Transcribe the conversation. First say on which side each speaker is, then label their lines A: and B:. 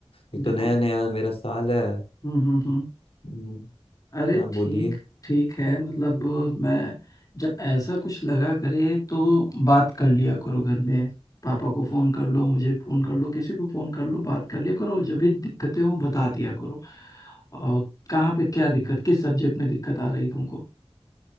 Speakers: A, on the left; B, on the left.
A: ये तो
B: देखो
A: नया नया मेरा साल है
B: हम्म हम्म हम्म
A: हम्म,
B: अरे
A: हाँ
B: ठीक
A: बोलिए
B: ठीक है मतलब मैं जब ऐसा कुछ लगा करे तो बात कर लिया करो घर में पापा को फोन कर लो मुझे फोन कर लो किसी को फोन कर लो बात कर लिया करो जो भी दिक्कतें हो बता दिया करो और कहाँ पे क्या दिक्कत किस सब्जेक्ट में दिक्कत आ रही तुमको